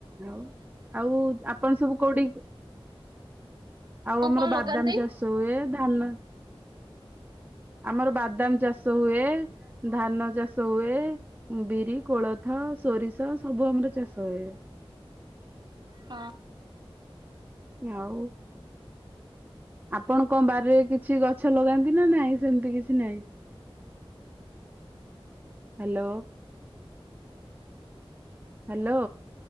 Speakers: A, on the right (about 20°); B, on the right (about 45°).
A: ଆଉ ଆଉ ଆପଣ ସବୁ କୋଉଠି। ଆଉ
B: କଣ
A: ଆମର
B: କଣ
A: ବାଦାମ
B: ଲଗାନ୍ତି?
A: ଚାଷ ହୁଏ। ଧାନ ଆମର ବାଦାମ ଚାଷ ହୁଏ ଧାନ ଚାଷ ହୁଏ ବି ରି, କୋଳଥ, ସୋରିଷା, ସବୁ ଆମର ଚାଷ ହୁଏ।
B: ହଁ।
A: ଆଉ। ଆପଣ କଣ ବାରିରେ କିଛି ଗଛ ଲଗାନ୍ତି ନା ନାଇଁ ସେମିତି କିଛି ନାଇଁ। ହାଲୋ। ହାଲୋ।